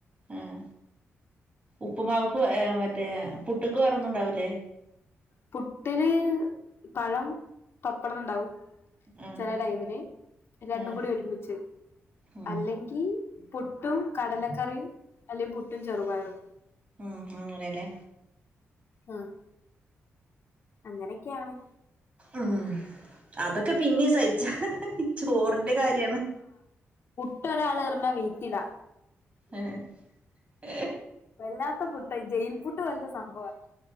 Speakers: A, on the right; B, on the left.
A: ആഹ് ഉപ്പുമാവ്ക്ക് ഏ മറ്റേ പുട്ട്ക്ക്. ഒന്നുണ്ടാവൂല്ലേ?
B: പുട്ടിന് പഴം പപ്പടംണ്ടാവും.
A: ആഹ്
B: ചെല ടൈമിന് രണ്ടും
A: ആഹ്
B: കൂടി ഒരുമിച്ച്
A: ഉം
B: അല്ലെങ്കി. പുട്ടും കടലക്കറിയും അല്ലെ പുട്ടും ചെറുപയറും.
A: ഉം അങ്ങനെലെ.
B: ആഹ് അങ്ങനൊക്കെയാണ്.
A: ഉം അതൊക്കെ പിന്നിം സഹിക്ക ഹ് ഹ് ഹ് ചോറിന്റെ കാര്യാണ്.
B: വിടെ ഒരാൾ ഏർഞ്ഞ വീയ്ത്തിടാ.
A: ഏ ഹ്.
B: വല്ലാത്ത പുട്ട് ജയിൽ പുട്ട് പോലത്തെ സംഭവാ